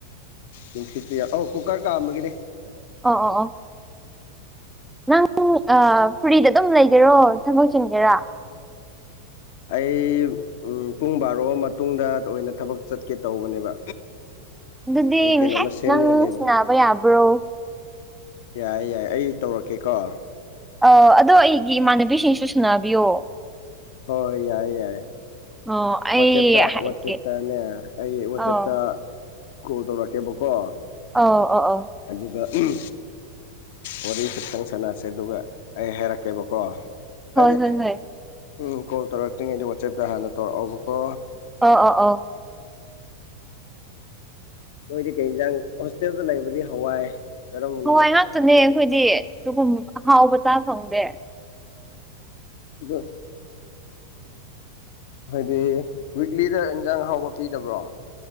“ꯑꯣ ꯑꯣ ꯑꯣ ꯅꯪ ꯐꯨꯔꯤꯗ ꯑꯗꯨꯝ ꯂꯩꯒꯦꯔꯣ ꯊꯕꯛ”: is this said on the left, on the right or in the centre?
Centre